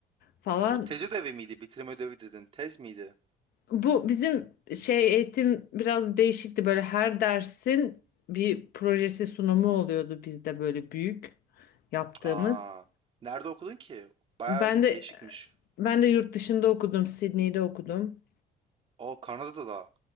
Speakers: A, on the left; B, on the right.
A: falan.
B: Bu tez ödevi miydi? Bitirme ödevi dedin. Tez miydi?
A: Bu bizim şey eğitim biraz değişikti böyle her dersin bir projesi sunumu oluyordu bizde böyle büyük yaptığımız.
B: Aa, nerede okudun ki? Baya
A: Ben de
B: değişikmiş.
A: ben de yurt dışında okudum, Sydney'de okudum.
B: O Kanada'da da.